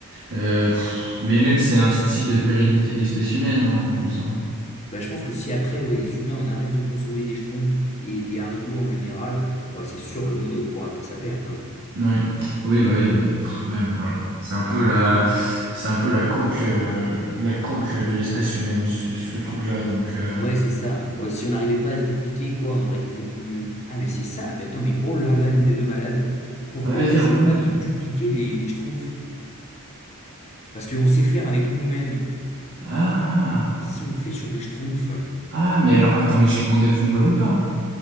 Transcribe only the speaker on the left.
Bah, je pense que si après, ouais, les humains, on arrête de consommer des Schtroumpfs et des Haribo en général, ouais, c'est sûr, le monde court à sa perte. hein.
Ouais, c'est ça. Bon, si on n'arrivait pas à se dupliquer, quoi, on aurait quelques plus. Ah, mais c'est ça. Mais attends, mais oh là là, l'idée de malade. Pourquoi
on n'essaye
pas de dupliquer des, des schtroumpfs? Parce qu'on sait faire avec nous-mêmes.
Et si on fait sur des schtroumpfs,